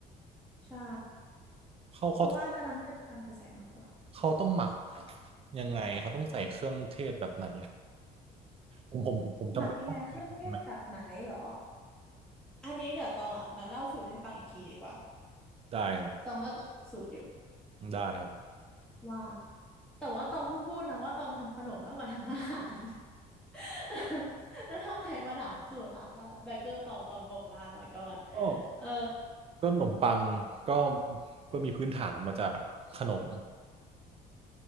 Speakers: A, in the centre; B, on the right.
A: ใช่
B: เขาเขา
A: เพราะว่าตอนนั้นมันจะเป็นตามกระแสมากกว่า
B: เขาต้องหมักยังไงเขาต้องใส่เครื่องเทศแบบไหน ผมผมผมจำเป็นต้องซื้อไหม
A: หมักยังไงเครื่องเทศแบบไหนเหรออันนี้เดี๋ยวตองอ่ะมาเล่าสูตรให้ฟังอีกทีดีกว่า
B: ได้ครับ
A: ตองว่าตองมีสูตรอยู่
B: ได้ครับ
A: ว่าแต่ว่าตองเพิ่งพูดนะว่าตองทำขนมมากกว่าทำอาหาร <laughs> แล้วทำไมมาถามสูตรอ่ะเบเกอร์ตองตองงงมากมาก่อน
B: ก็
A: เออ
B: ก็ขนมปังก็เพื่อมีพื้นฐานมาจากขนม